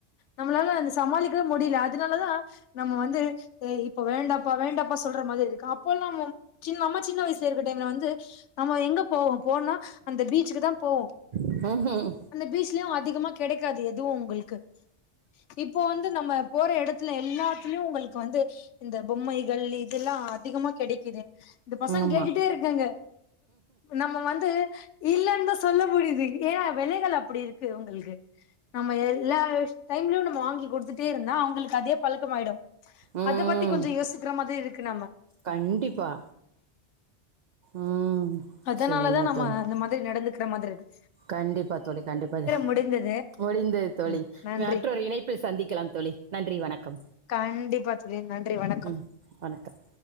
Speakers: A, on the left; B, on the right.
A: நம்ளால வந்து சமாளிக்கவே முடியில அதுனாலதா நம்ம வந்து ஏ இப்ப வேண்டா ப்பா வேண்டப்பா சொல்ற மாதிரி இருக்கு அப்போல்லா மம் சின் அம்மா சின்ன வய சுருக்க டைம்ல வந்து நம்ம எங்க போவோ போனா அந்த பீச்சுக்கு தா போவோ
B: ம்ஹும்.
A: அந்த பீச்லயு அதிகமா கெடைக்காது எதுவு உங்கள்கு இப்போ வந்து நம்ம போற எடத்துல எல்லா த்திலயு உங்கள்கு வந்து இந்த பொம்மைகள் இதுல்லா அதிகமா கெடைக்கிது இந்த பசங்க
B: ஆமா
A: கேட்டுட்டே இருக்காங்க நம்ம வந்து இல்லன்தா சொல்ல முடியிது ஏ வெலைகள் அப்டி இருக்கு உங்கள்கு நம்ம எல்லா டைம்லயு நம்ம வாங்கி குடுத்துட்டே இருந்தா அவுங்களுக்கு அதே பழக்கமாயிடு
B: ம்
A: அத பத்தி கொஞ்சொ யோசிக்கிற மாதிரி இருக்கு நம்ம
B: கண்டிப்பா ம்
A: அதனால
B: சேரிங்க
A: தா நம்ம
B: தோழி
A: அந்த மாதிரி நடந்து க்குற மாதிரிருக்கு
B: கண்டிப்பா தோழி கண்டிப்பா
A: முடிந்தது
B: முடிந்தது தோழி
A: ம் நன்றி
B: மற்றொரு இணைப்பில் சந்திக்கலாம் தோழி நன்றி வணக்கம்
A: கண்டிப்பா தோழி நன்றி வணக்கம்
B: ம் வணக்கம்.